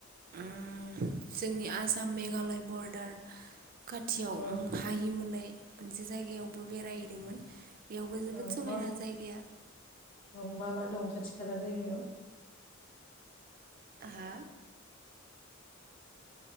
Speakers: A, on the right; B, on the left.
A: उम जोंनि आसाम मेघालय बरदार खाथियाव
B: औ
A: हाहिम होननाय मोनसे जायगायावबो बेरायहैदोंमोन बेयावबो जोबोद
B: औ
A: समायना
B: मा
A: जायगाया,
B: औ मा मा दं खाथि खाला जायगायाव,
A: हा